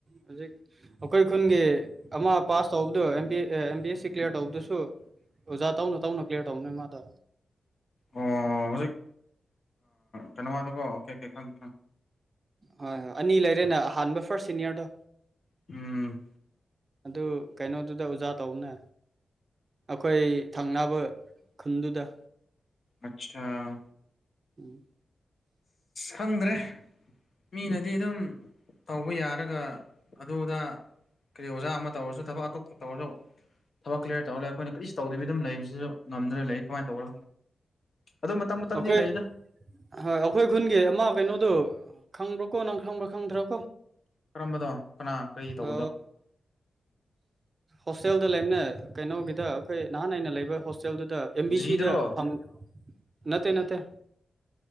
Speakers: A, on the right; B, on the left.
A: ꯍꯧꯖꯤꯛ ꯑꯩꯈꯣꯏ ꯈꯨꯟꯒꯤ ꯑꯃ ꯄꯥꯁ ꯇꯧꯕꯗꯨꯣ ꯑ ꯑꯦꯝ ꯕꯤ ꯑꯦꯁ ꯁꯤ ꯀ꯭ꯂꯤꯌꯥꯔ ꯇꯧꯕꯗꯨꯁꯨ ꯑꯣꯖ ꯇꯧꯅ ꯇꯧꯅ ꯀꯦꯔ ꯇꯧꯅꯦ ꯃꯥꯗ
B: ꯑꯣ ꯍꯧꯖꯤꯛ ꯀꯩꯅꯣꯃꯗꯨꯀꯣ ꯑꯣꯀꯦ ꯑꯣꯀꯦ ꯈꯪ
A: ꯍꯣꯏ ꯍꯣꯏ ꯑꯅꯤ ꯂꯩꯔꯦꯅ ꯑꯍꯥꯟꯕ ꯐꯥꯔꯁ ꯁꯤꯅꯤꯌꯔꯗꯣ
B: ꯎꯝ
A: ꯑꯗꯨ ꯀꯩꯅꯣꯗꯨꯗ ꯑꯣꯖꯥ ꯇꯧꯕꯅꯦ ꯑꯩꯈꯣꯏ ꯊꯪꯅꯕ ꯈꯨꯟꯗꯨꯗ
B: ꯑꯆꯥꯥ
A: ꯎꯝ
B: ꯈꯪꯗ꯭ꯔꯦ ꯃꯤꯅꯗꯤ ꯑꯗꯨꯝ ꯇꯧꯕ ꯌꯥꯔꯒ ꯑꯗꯨꯗ ꯀꯔꯤ ꯑꯣꯖꯥ ꯑꯃ ꯇꯧꯔꯁꯨ ꯊꯕꯛ ꯑꯇꯣꯞꯄ ꯇꯧꯔꯁꯨ ꯊꯕꯛ ꯀ꯭ꯂꯤꯌꯥꯔ ꯇꯧꯔꯒ ꯑꯩꯈꯣꯏꯅ ꯀꯔꯤ ꯇꯧꯗꯕꯤ ꯑꯗꯨꯝ ꯂꯩꯕꯁꯤꯁꯨ ꯉꯝꯗꯅ ꯂꯩ ꯀꯃꯥꯏꯅ ꯇꯧꯒ ꯑꯗꯣ ꯃꯇꯝ ꯃꯇꯝꯗꯤ
A: ꯑꯩꯈꯣꯏ
B: ꯂꯩꯗ
A: ꯍꯣꯏ ꯑꯩꯈꯣꯏ ꯈꯨꯟꯒꯤ ꯑꯃ ꯀꯩꯅꯣꯗꯨꯣ ꯈꯪꯕ꯭ꯔꯥꯀꯣ ꯅꯪ ꯈꯪꯕ꯭ꯔꯥ ꯈꯪꯗ꯭ꯔꯥ ꯀꯣ
B: ꯀꯔꯝꯕꯗꯣ ꯀꯅꯥ ꯀꯔꯤ ꯇꯧꯕꯗꯣ
A: ꯑ ꯍꯣꯁꯇꯦꯜꯗ ꯂꯩꯕꯅ ꯀꯩꯅꯣꯒꯤꯗ ꯑꯩꯈꯣꯏ ꯅꯍꯥꯟ ꯑꯏꯩꯅ ꯂꯩꯕ ꯍꯣꯁꯇꯦꯜꯗꯨꯗ ꯑꯦꯝ ꯕꯤ
B: ꯖꯤꯗꯨꯔꯣ
A: ꯁꯤꯗ ꯐꯪ ꯅꯠꯇꯦ ꯅꯠꯇꯦ